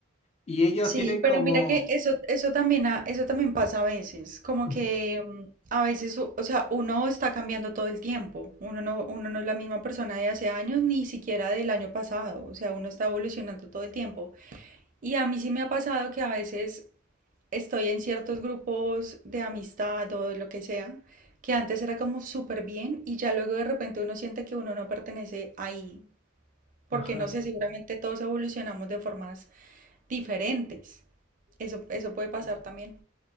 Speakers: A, on the left; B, on the right.
A: Y ellos
B: Sí,
A: tienen
B: pero
A: como...
B: mira que eso, eso también, ha- eso también pasa a veces, como
A: Ujú,
B: que mm, a veces, u- o sea, uno está cambiando todo el tiempo, uno no, uno no es la misma persona de hace años, ni siquiera del año pasado, o sea, uno está evolucionando todo el tiempo. Y a mí sí me ha pasado que a veces estoy en ciertos grupos de amistad o de lo que sea, que antes era como súper bien y ya luego de repente uno siente que uno no pertenece ahí, porque
A: Ajá,
B: no sé, seguramente todos evolucionamos de formas diferentes. Eso, eso puede pasar también.